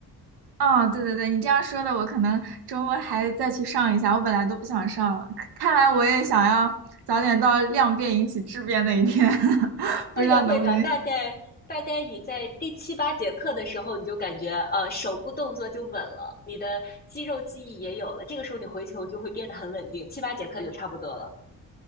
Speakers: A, on the right (about 80°); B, on the left (about 25°).
A: 哦，对对对，你这样说的，我可能周末还再去上一下，我本来都不想上了，看看来我也想要早点到量变引起质变那一天，<laughs>
B: 会的，
A: 不知道能不能。
B: 会的，大概大概你在第七八节课的时候，你就感觉呃手部动作就稳了，你的肌肉记忆也有了，这个时候你回球就会变得很稳定，七八节课就差不多了。